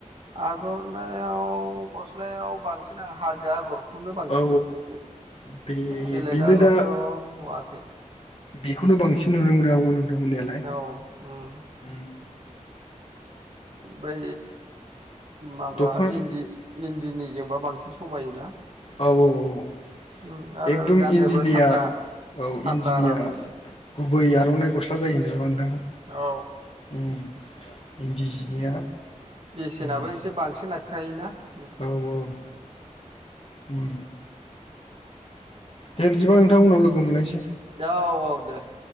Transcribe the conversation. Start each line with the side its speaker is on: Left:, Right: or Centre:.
Right: आगरनायाव गस्लायाव बांसिन आं हाजो आगर खौनो बांसिन
Left: औ
Right: नुदों
Left: बे
Right: बेलेग
Left: बेनो
Right: आगरथ'
Left: दा
Right: नुवाखै।
Left: बेखौनो बांसिन नुनो मोनो आंबो नुनो मोननायालाय
Right: औ उम
Left: उम
Right: बै माबा
Left: दख'ना
Right: इन्दि इन्दिनिजोंबो बांसिन समायोना।
Left: औ औ औ
Right: उम आरो
Left: एकदम
Right: गाननोबो
Left: इन्दिनिया
Right: थान्दा
Left: औ
Right: थान्दा
Left: इन्दिनिया
Right: आराम जायो
Left: गुबै आर'नाइ गस्ला जायो नामा नोंथां
Right: औ
Left: उम। इन्दि जिनिया
Right: बेसेनाबो
Left: उम
Right: एसे बांसिन लाखिखायोना ।
Left: औ औ उम दे बिदिबा नोंथां उनाव लोगो मोनलायसै।
Right: औ औ दे ।